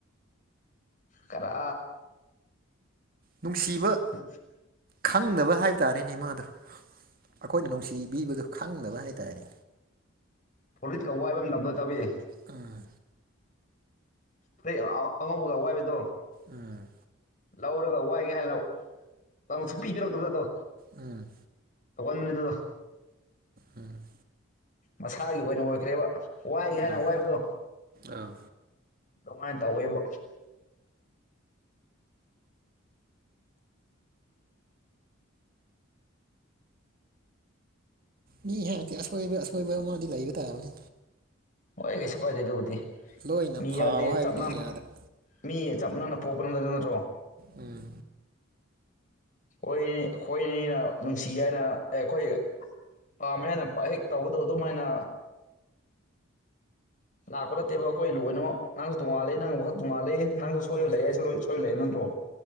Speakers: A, on the left; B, on the right.
A: ꯀꯔ
B: ꯅꯨꯡꯁꯤꯕ
A: ꯑ
B: ꯈꯪꯗꯕ ꯍꯥꯏꯕ ꯇꯥꯔꯦꯅꯦ ꯃꯥꯗꯨ ꯑꯩꯈꯣꯏꯅ ꯅꯨꯡꯁꯤꯕꯤꯕꯗꯨ ꯈꯪꯗꯕ ꯍꯥꯏꯇꯥꯔꯦ
A: ꯐꯨꯔꯤꯠ ꯀꯧꯕ ꯍꯥꯏꯕ ꯃꯇꯝꯗ ꯇꯕꯤꯏ
B: ꯑꯥ
A: ꯐꯔꯤ ꯑꯉꯧꯕꯒ ꯋꯥꯏꯕꯗꯣ
B: ꯎꯝ
A: ꯂꯧꯔꯒ ꯋꯥꯏꯒꯦ ꯍꯥꯏꯔꯣ ꯇꯧ ꯁꯨꯞꯄꯤ ꯄꯤꯔꯛꯇꯕ ꯑꯗꯣ
B: ꯎꯝ
A: ꯑꯣ ꯀꯣꯏꯣꯟ ꯃꯅꯗꯗꯣ
B: ꯎꯝ
A: ꯃꯁꯥꯒꯤ ꯑꯣꯏꯅ ꯑꯣꯏꯈ꯭ꯔꯦꯕ ꯋꯥꯏꯒꯦ
B: ꯎꯝ
A: ꯍꯥꯏꯅ ꯋꯥꯏꯕꯗꯣ
B: ꯑꯥ
A: ꯀꯃꯥꯏꯅ ꯇꯧꯋꯦꯕ
B: ꯃꯤ ꯍꯥꯏꯗꯤ ꯑꯁꯣꯏꯕ ꯑꯁꯣꯏꯕ ꯑꯃꯗꯤ ꯂꯩꯕ ꯇꯥꯕꯅꯤ
A: ꯍꯣꯏ ꯀꯩꯁꯨ ꯀꯥꯏꯗꯦ ꯑꯗꯨꯕꯨꯗꯤ
B: ꯂꯣꯏꯅ
A: ꯃꯤ
B: ꯐꯥꯎ
A: ꯌꯥꯗꯦ
B: ꯍꯥꯏꯕꯗꯤ
A: ꯆꯞ
B: ꯌꯥꯗ꯭ꯔꯦ
A: ꯃꯤ ꯆꯞꯅꯅ ꯄꯣꯛꯄ꯭ꯔ ꯅꯠꯇ ꯅꯠꯇ꯭ꯔꯣ
B: ꯎꯝ
A: ꯣꯏ ꯈꯣꯏꯅꯤꯅ ꯅꯨꯡꯁꯤ ꯍꯥꯏꯅ ꯑꯩꯈꯣꯏ ꯄꯥꯝꯃꯦꯅ ꯍꯦꯛ ꯇꯧꯕꯗꯣ ꯑꯗꯨꯃꯥꯏꯅ ꯂꯥꯛꯄ ꯅꯠꯇꯦꯕ ꯑꯩꯈꯣꯏ ꯂꯣꯏꯅꯃꯛ ꯅꯪꯁꯨ ꯇꯣꯡꯉꯥꯂ ꯅꯪꯕꯨ ꯋꯥꯈꯛ ꯇꯣꯡꯉꯥꯂ ꯅꯪꯁꯨ ꯁꯣꯏꯕ
B: ꯎꯝ
A: ꯂꯥꯏꯛꯥꯏꯁꯨ ꯂꯣꯏ ꯍꯣꯏ ꯂꯩꯌꯦ ꯅ꯭ꯔꯣ